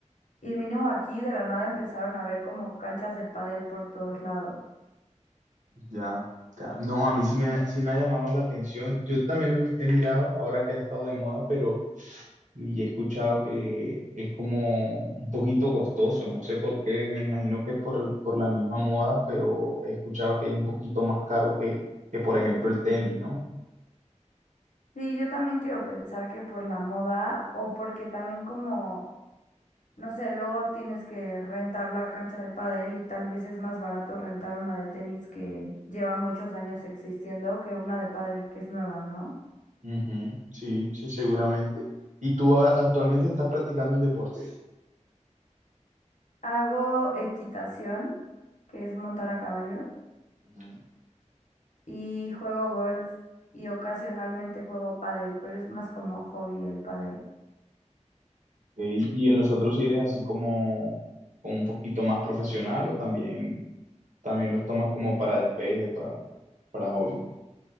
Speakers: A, on the left (about 80°); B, on the right (about 80°).
A: Y mínimo aquí de la nada empezaron a ver como canchas de pádel por todos lados.
B: Ya, ya. No, a mí sí me, ha- sí me ha llamado la atención. Yo también lo he mirado ahora que ha estado de moda, pero y he escuchado que es como un poquito costoso. No sé por qué, me imagino que es por, por la misma moda, pero he escuchado que es un poquito más caro que, que por ejemplo, el tenis, ¿no?
A: Sí, yo también quiero pensar que por la moda o porque también como, no sé, luego tienes que rentar la cancha de pádel y tal vez es más barato rentar una de tenis que lleva muchos años existiendo que una de pádel que es nueva, ¿no?
B: Ujú, Sí, sí, seguramente. ¿Y tú a- actualmente estás practicando un deporte?
A: Hago equitación, que es montar a caballo,
B: Ujú.
A: y juego golf y ocasionalmente juego pádel, pero es más como hobby el pádel.
B: ¿ok? Y en los otros sí eres así como, como un poquito más profesional o también, también los tomas como para despeje, para, para hobby.